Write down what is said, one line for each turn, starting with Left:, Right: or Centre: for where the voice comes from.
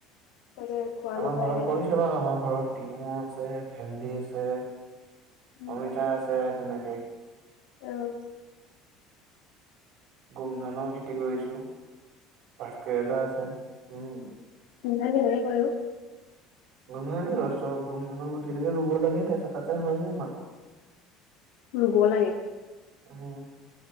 Left: তাকে খোৱা
Right: আমাৰ
Left: নোখোৱা
Right: ঘৰত
Left: একেটাই
Right: কৰিছে বাৰু আমাৰ ঘৰত। টিহু আছে, ভেন্দি আছে,
Left: উম
Right: অমিতা আছে তেনেকেই।
Left: অ'।
Right: গোমধানৰ খেতি কৰিছোঁ, ভাতকৰেলা আছে উম।
Left: গোমধান কেনেকৈ কৰে অ?
Right: <unintelligible> গুম ধানৰ গুটি এনেকে ৰুব লাগে, তাৰ পিছত তাতে হৈ যায় আ
Left: ৰুব লাগে।
Right: উম,